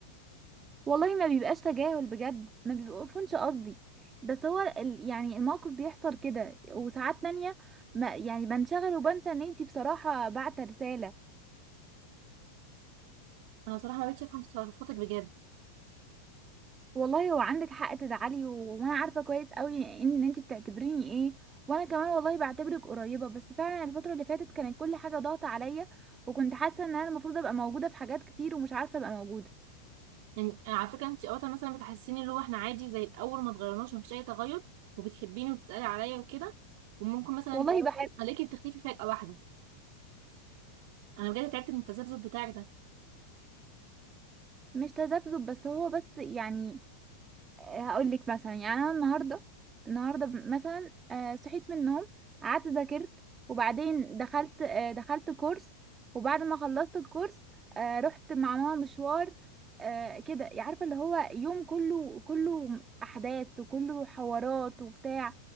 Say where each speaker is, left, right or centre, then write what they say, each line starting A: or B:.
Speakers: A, on the right; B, on the right.
A: والله ما بيبقاش تجاهل بجد ما بيكونش قصدي بس هو ال- يعني الموقف بيحصل كده وساعات تانية ما يعني بنشغل وبنسى ان انتي بصراحة بعت رسالة
B: انا بصراحه ما بقتش افهم تصرفاتك بجد
A: والله هو عندك حق تزعلي و- وانا عارفه كويس قوي ان انت بتعتبريني ايه وانا كمان والله بعتبرك قريبه بس فعلا الفتره اللي فاتت كانت كل حاجه ضاغطه عليا وكنت حاسه ان انا المفروض ابقى موجوده في حاجات كتير ومش عارفه ابقى موجوده
B: يعني على فكرة انت اوقات مثلا بتحسيني اللي هو احنا عادي زي الاول ما اتغيرناش مفيش اي تغير وبتحبيني وبتسألي عليا وكده وممكن مثلا
A: والله والله بحبك
B: عليكي بتختفي فجأة واحدة انا بجد تعبت من التذبذب بتاعك ده
A: مش تذبذب بس هو بس يعني هقول لك مثلا يعني انا النهارده النهارده مثلا آه، صحيت من النوم قعدت ذاكرت وبعدين دخلت آه، دخلت كورس وبعد ما خلصت الكورس آه، رحت مع ماما مشوار آه، كده يعني عارفه اللي هو يوم كله كله احداث وكله حوارات وبتاع